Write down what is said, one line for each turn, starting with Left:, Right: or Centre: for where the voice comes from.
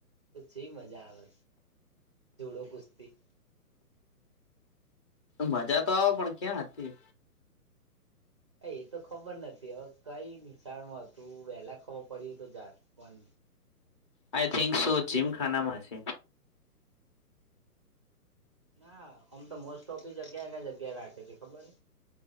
Right: તો જે મજા આવે જુડો કુસ્તી
Left: મજા તો આવ પણ ક્યાં હતી
Right: એ તો ખબર નથી હવે કઈ નિશાળમાં હતું વહેલા ખબર પડ્યું તો જાત પણ
Left: આઈ થિંક સો જીમ ખાનામાં છે
Right: ના આમ તો મોસ્ટ ઓફી ક્યાં કયાં જગ્યા રાખે છે ખબર